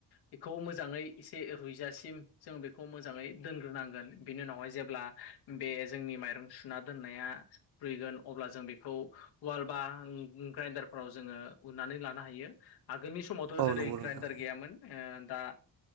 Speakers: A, on the left; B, on the right.
A: बेखौ मोजाङै एसे रुइजासिम जों बेखौ मोजाङै दोनग्रोनांगोन बिनि उनावहाय जेब्ला बे जोंनि माइरं सुना दोननाया रुइगोन अब्ला जों बेखौ वाल बा ग्राइन्डार फ्राव जोङो उनानै लानो हायो आगोलनि समावथ'
B: औ
A: जेरै
B: नंगौ नोंथां
A: ग्राइन्डार गैयामोन। ओ दा